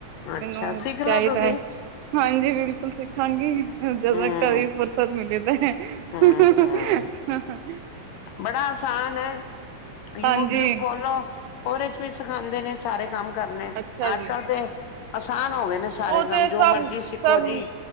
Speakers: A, on the left; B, on the right.
A: ਅੱਛਾ
B: ਮੈਨੂੰ
A: ਸਿੱਖ ਲਓ
B: ਚਾਹੀਦਾ
A: ਤੁਸੀਂ
B: ਏ, ਹਾਂਜੀ ਬਿਲਕੁਲ ਸਿੱਖਾਂਗੀ ਜਦੋਂ
A: ਹੂੰ
B: ਕਦੇ ਫੁਰਸਤ ਮਿਲੇ ਤਾਂ ਹ
A: ਹੂੰ-ਹੂੰ
B: ਹ ਹ ਹ ਹ
A: ਬੜਾ ਆਸਾਨ ਆ, ਯੂਟਿਊਬ
B: ਹਾਂਜੀ
A: ਖੋਲ - ਲੋ ਉਹਦੇ ਚ ਵੀ ਸਿਖਾਂਦੇ ਨੇ ਸਾਰੇ ਕੰਮ ਕਰਨੇ,
B: ਅੱਛਾ ਜੀ
A: ਅੱਜ -ਕੱਲ ਤੇ ਆਸਾਨ ਹੋ ਗਏ ਨੇ
B: ਉਹ
A: ਸਾਰੇ
B: ਤੇ
A: ਕੰਮ
B: ਸਭ
A: ਜੋ ਮਰਜੀੀ ਸਿੱਖੋ
B: ਸਭ
A: ਜੀ,